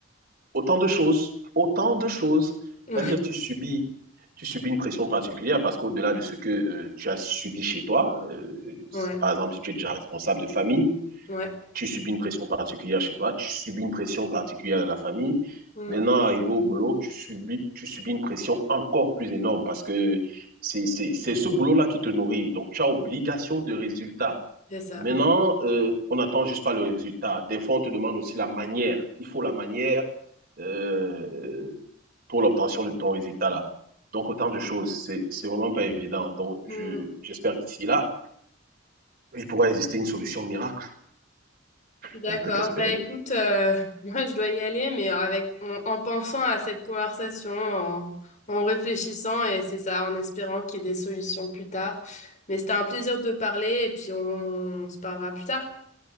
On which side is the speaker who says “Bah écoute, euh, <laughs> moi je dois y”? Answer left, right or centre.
Left